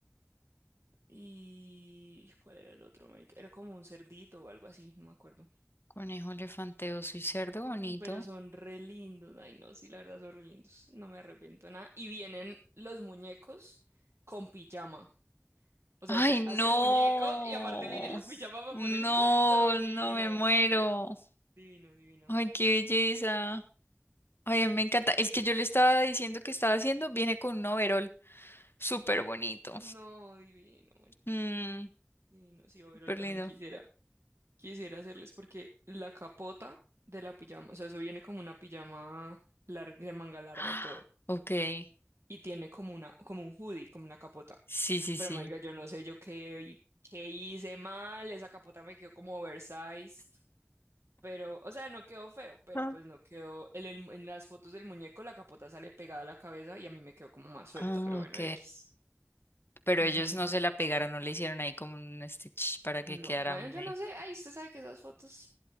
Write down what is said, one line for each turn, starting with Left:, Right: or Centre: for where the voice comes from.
Right: y ¿cuál era el otro, marica? Era como un cerdito o algo así, no me acuerdo.
Left: Conejo, elefante, oso y cerdo
Right: Mm,
Left: bonito.
Right: Pero son re lindos. Ay, no, sí, la verdad son re lindos. No me arrepiento de nada. Y vienen los muñecos con pijama. O sea,
Left: Ay,
Right: usted
Left: no.
Right: hace el muñeco y aparte viene la pijama para
Left: No,
Right: ponérsela. No, divino.
Left: no me muero.
Right: Divino, divino,
Left: Ay,
Right: la verdad.
Left: qué belleza. Ay, me encanta. El que yo le estaba diciendo que estaba haciendo viene con un overol. Súper bonito.
Right: No, divino, marica.
Left: Mm,
Right: Divino. Sí, Overol
Left: súper
Right: también
Left: lindo.
Right: quisiera.
Left: <gasps>
Right: quisiera hacerles porque la capota de la pijama, o sea, eso viene como una pijama larga, de manga larga
Left: Ah,
Right: y todo,
Left: Ok.
Right: y tiene como una, como un hoodie, como una capota.
Left: Sí, sí,
Right: Pero
Left: sí.
Right: marica, yo no sé yo qué, hi- qué hice mal, esa capota me quedó como oversized, pero, o sea, no quedó feo, pero
Left: Ah,
Right: pues no quedó, en, el- en las fotos del muñeco la capota sale pegada a la cabeza y a mí me quedó como más suelta,
Left: Ah,
Right: pero bueno,
Left: ok.
Right: X.
Left: pero
Right: Ujú.
Left: ellos no se la pegaron, no le hicieron ahí como un stitch para que
Right: No,
Left: quedara.
Right: bueno,
Left: me-
Right: yo no sé, ay, usted sabe que esas fotos,